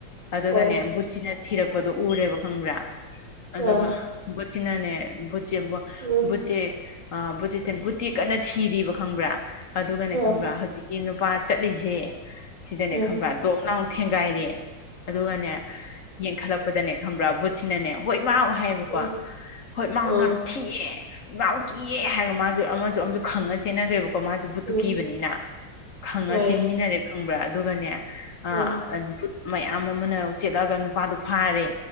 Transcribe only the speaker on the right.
ꯍꯣꯏ
ꯑ
<inaudible>
ꯑ ꯎꯝ
ꯑ
ꯎꯝ
ꯑ
ꯎꯝ
ꯍꯣꯏ
ꯍꯣꯏ